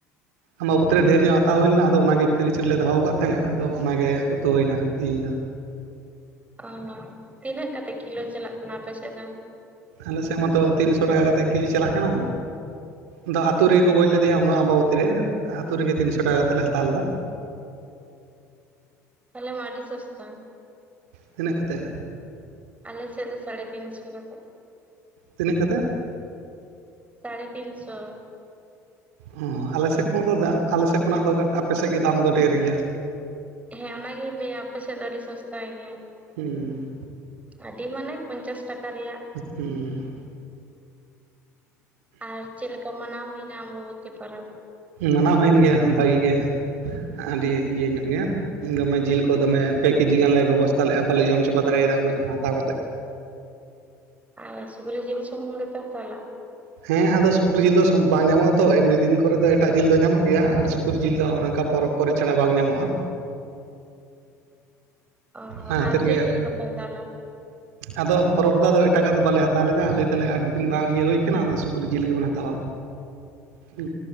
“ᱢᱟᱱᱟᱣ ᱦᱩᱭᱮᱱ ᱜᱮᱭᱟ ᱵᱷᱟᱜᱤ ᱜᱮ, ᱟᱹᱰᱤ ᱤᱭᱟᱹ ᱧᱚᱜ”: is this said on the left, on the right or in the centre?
Right